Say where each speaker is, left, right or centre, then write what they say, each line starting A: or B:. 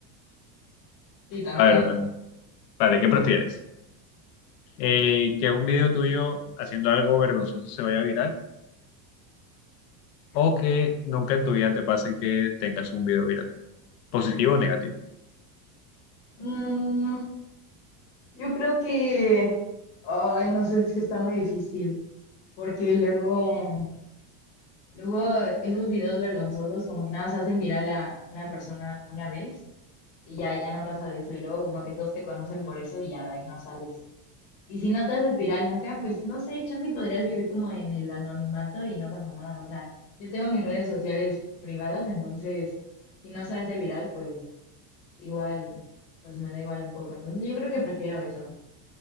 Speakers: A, on the left (about 45°); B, on the left (about 75°).
A: Sí, también
B: A ver,
A: eso.
B: vale. Vale, ¿qué prefieres? Eh, ¿que un video tuyo haciendo algo vergonzoso se vaya viral? ¿O que nunca en tu vida te pase que tengas un video viral? ¿Positivo o negativo?
A: Mm, yo creo que, ay, no sé, es que está muy difícil, porque luego, luego esos videos vergonzosos como que nada más hacen viral a una persona una vez y ya, ya no pasa de eso, y luego como que todos te conocen por eso y ya de ahí no sales. Y si no te haces viral nunca, pues no sé, chance y podrías vivir como en el anonimato y no pasa nada. O sea, yo tengo mis redes sociales privadas, entonces si no se hace viral, pues igual, pues me da igual un poco. Entonces yo creo que prefiero eso.